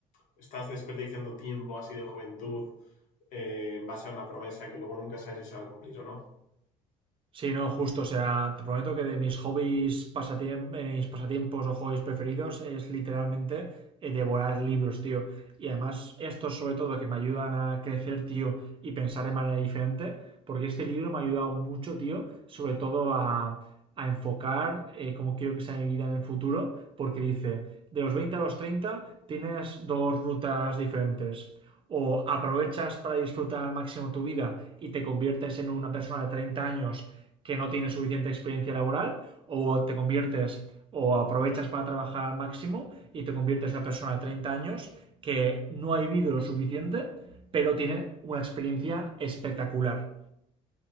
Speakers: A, on the left (about 65°); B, on the right (about 35°).
A: estás desperdiciando tiempo así de juventud eh, en base a una promesa que luego nunca sabes si se va a cumplir o no.
B: Sí, no, justo. O sea, te prometo que de mis hobbies, pasatiem- eh, mis pasatiempos o hobbies preferidos es literalmente eh, devorar libros, tío. Y además, estos sobre todo que me ayudan a crecer, tío, y pensar de manera diferente, porque este libro me ha ayudado mucho, tío, sobre todo a a enfocar eh, cómo quiero que sea mi vida en el futuro, porque dice, de los 20 a los 30 tienes dos rutas diferentes. O aprovechas para disfrutar al máximo tu vida y te conviertes en una persona de 30 años que no tiene suficiente experiencia laboral, o te conviertes o aprovechas para trabajar al máximo y te conviertes en una persona de 30 años que no ha vivido lo suficiente, pero tiene una experiencia espectacular.